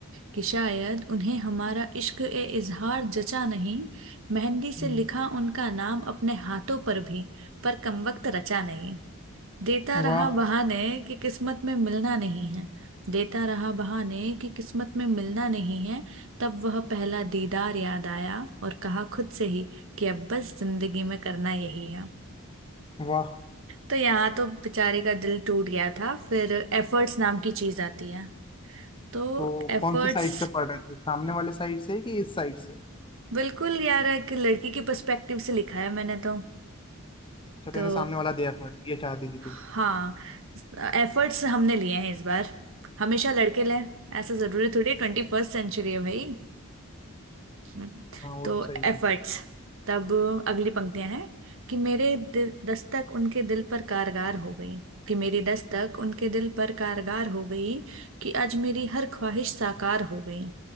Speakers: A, on the right; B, on the left.
A: कि शायद उन्हें हमारा इश्क ए इजहार जचा नहीं मेहंदी से
B: हम्म,
A: लिखा उनका नाम अपने हाथों पर भी पर कमबख्त रचा नहीं देता
B: वाह
A: रहा बहाने कि किस्मत में मिलना नहीं है देता रहा बहाने कि किस्मत में मिलना नहीं है तब वह पहला दीदार याद आया और कहा खुद से ही कि अब बस जिंदगी में करना यही है
B: वाह
A: तो यहाँ तो बेचारे का दिल टूट गया था फिर एफर्ट्स नाम की चीज आती है तो
B: तो
A: एफर्ट्स
B: कौन सी साइड से पढ़ रहे थे सामने वाले साइड से कि इस साइड से
A: बिल्कुल यार एक लड़की के पर्सपेक्टिव से लिखा है मैंने तो
B: अच्छा
A: तो
B: तूने सामने वाला दिया था ये चाहती थी
A: हाँ
B: तू
A: एफर्ट्स हमने लिए हैं इस बार हमेशा लड़के लें ऐसा जरूरी थोड़ी ट्वेंटी फर्स्ट सेंचुरी है भाई हम्म,
B: हाँ वो
A: तो
B: तो सही
A: एफर्ट्स
B: है
A: तब अगली पंक्तियां हैं कि मेरे दिल दस्तक उनके दिल पर कारगर हो गई कि मेरी दस्तक उनके दिल पर कारगर हो गई कि आज मेरी हर ख्वाहिश साकार हो गई